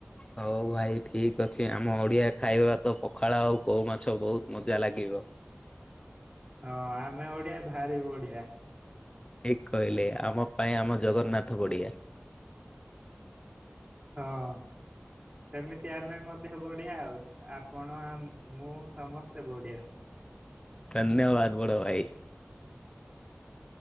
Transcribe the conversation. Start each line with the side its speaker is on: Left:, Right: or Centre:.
Left: ହଉ ଭାଇ ଠିକ ଅଛି ଆମ ଓଡିଆ ଖାଇବା ତ ପଖାଳ ଆଉ କଉ ମାଛ ବହୁତ ମଜା ଲାଗିବ।
Right: ହଁ ଆମେ ଓଡିଆ ଭାରି ବଢିଆ।
Left: ଠିକ କହିଲେ ଆମ ପାଇଁ ଆମ ଜଗନ୍ନାଥ ବଡ଼ିଆ।
Right: ହଁ। ସେମିତି ଆମେ ମଧ୍ୟ ବଢ଼ିଆ ଆଉ। ଆପଣ ଆମ୍ ମୁଁ ସମସ୍ତେ ବଢ଼ିଆ।
Left: ଧନ୍ୟବାଦ ବଡ଼ ଭାଇ।